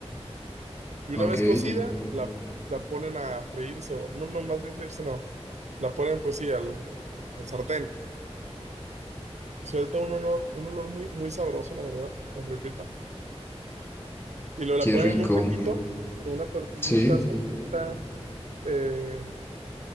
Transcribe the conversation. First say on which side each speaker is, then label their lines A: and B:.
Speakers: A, on the right; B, on the left.
A: Y una
B: ok,
A: vez cocida, la, la ponen a freírse. O, no, no, más bien freírse, no. La ponen, pues sí, al, al sartén. Y suelta un olor, un olor muy, muy sabroso, la verdad, la repita. Y luego
B: qué
A: la ponen
B: rico.
A: en un taquito, con una tortillita,
B: Sí,
A: salsita, eh,